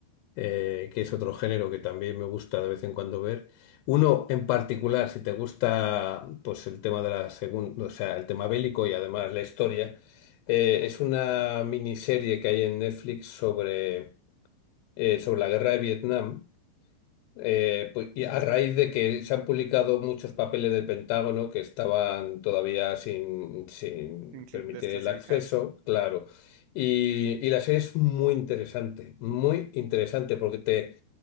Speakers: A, on the left; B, on the right.
A: eh, que es otro género que también me gusta de vez en cuando ver. Uno en particular, si te gusta pues el tema de la segunda, o sea, el tema bélico y además la historia, eh, es una miniserie que hay en Netflix sobre, eh, sobre la guerra de Vietnam. Eh, pues, y a raíz
B: <laughs>
A: de que se han publicado muchos papeles del Pentágono que estaban todavía sin, sin
B: sin cl-
A: permitir
B: desclasificar.
A: el acceso, claro. Y, y la serie es muy interesante, muy interesante, porque te,